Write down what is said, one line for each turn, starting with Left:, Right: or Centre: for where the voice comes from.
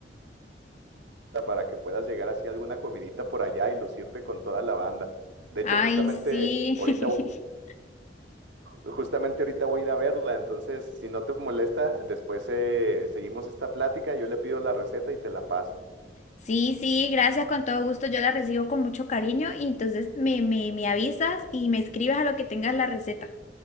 Right: para que puedas llegar así a alguna comidita por allá y lucirte con toda la banda. De
Left: Ay,
Right: hecho, justamente
Left: sí.
Right: ahorita, voy-
Left: <laughs>
Right: justamente ahorita voy a ir a verla, entonces si no te molesta, después eh, seguimos esta plática, yo le pido la receta y te la paso.
Left: Sí, sí, gracias, con todo gusto. Yo la recibo con mucho cariño y entonces me, me, me avisas y me escribes a lo que tengas la receta.